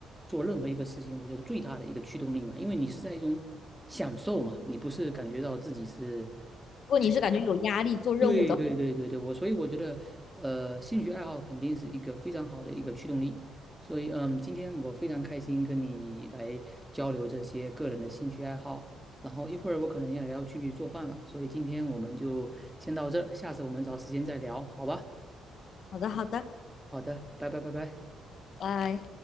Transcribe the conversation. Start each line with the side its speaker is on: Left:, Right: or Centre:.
Centre: 做任何一个事情，我觉得最大的一个驱动力嘛，因为你是在一种享受嘛，你不是感觉到自己是。
Left: 果你是感觉有压力做任务的话
Centre: 在。对对对对对，我所以我觉得，呃，兴趣爱好肯定是一个非常好的一个驱动力。所以，嗯，今天我非常开心跟你来交流这些个人的兴趣爱好。然后一会儿我可能也要去做饭了，所以今天我们就先到这儿，下次我们找时间再聊，好吧？
Left: 好的好的，
Centre: 好的，拜拜拜拜。
Left: 拜。